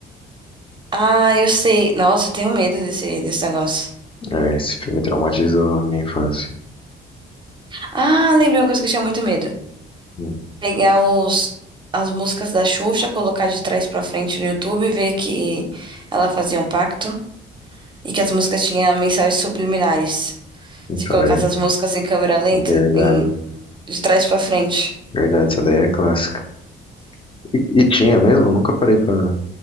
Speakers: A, on the right; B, on the left.
A: Ah, eu sei. Nossa, eu tenho medo desse, desse negócio.
B: É, esse filme traumatizou minha infância.
A: Ah, lembrei uma coisa que eu tinha muito medo.
B: Hum,
A: Pegar os, as músicas da Xuxa, colocar de trás pra frente no YouTube e ver que ela fazia um pacto e que as músicas tinham mensagens subliminares.
B: Essa
A: Se colocasse
B: daí,
A: as músicas em câmera lenta,
B: é verdade,
A: em- de trás pra frente.
B: verdade, essa daí é clássica. E, e tinha mesmo, nunca parei pra,